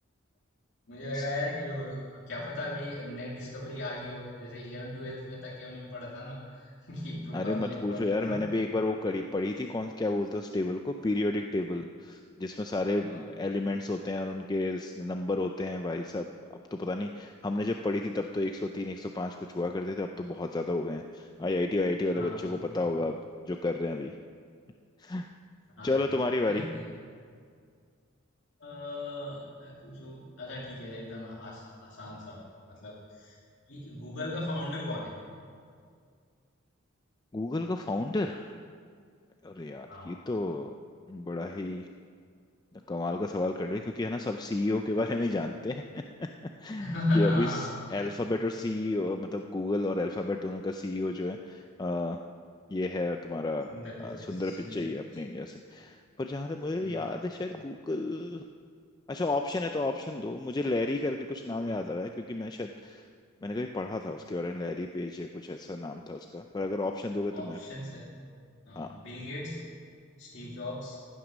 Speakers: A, on the left; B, on the left.
A: मुझे लगा
B: <laughs>
A: यार कि हो क्या पता अभी नई डिस्कवरी आ गई हो जैसे 11 ट्वेल्थ में तक कि हमने पढ़ा था ना <laughs> कि प्रोटॉन
B: अरे मत
A: इलेक्ट्रॉन
B: पूछो
A: न्यूट्रॉन
B: यार मैंने भी एक बार वो कड़ी पढ़ी थी कौन क्या बोलते हैं उस टेबल को पीरियोडिक टेबल जिसमें सारे
A: हाँ
B: एलिमेंट्स होते हैं और उनके नंबर होते हैं भाई साहब अब तो पता नहीं हमने जब पढ़ी थी तब तो 103 105 कुछ हुआ करते थे अब तो बहुत ज्यादा हो गए हैं आईआईटी आईआईटी वाले
A: हाँ
B: बच्चों
A: बिल्कुल
B: को पता होगा
A: भाई
B: अब जो कर रहे हैं अभी <laughs>
A: हाँ
B: चलो
A: यार
B: तुम्हारी बारी
A: <laughs> अ, मैं पूछूं अच्छा ठीक है एकदम आस, आसान सा मतलब कि गूगल का फाउंडर कौन है
B: गूगल का फाउंडर अरे यार
A: हाँ
B: ये तो बड़ा ही कमाल का सवाल कर लिया क्योंकि है ना सब सीईओ के बारे में ही जानते हैं <laughs>
A: <laughs>
B: कि अभी अल्फाबेट और सीईओ मतलब गूगल और अल्फाबेट दोनों का सीईओ जो है अ, ये है तुम्हारा
A: सुंदर
B: अ,
A: पिचाई
B: सुंदर
A: सुंदर
B: पिचाई
A: पिचाई
B: अपने इंडिया से पर जहां तक मुझे
A: हम्म
B: याद है शायद गूगल अच्छा ऑप्शन है तो ऑप्शन दो मुझे लैरी करके कुछ नाम
A: ठीक
B: याद आ रहा है क्योंकि मैं शायद मैंने कभी पढ़ा था उसके बारे में लैरी पेज या कुछ ऐसा नाम था उसका पर अगर ऑप्शन दोगे तो
A: ऑप्शंस
B: मैं
A: है हाँ
B: हाँ
A: बिल गेट्स स्टीव जॉब्स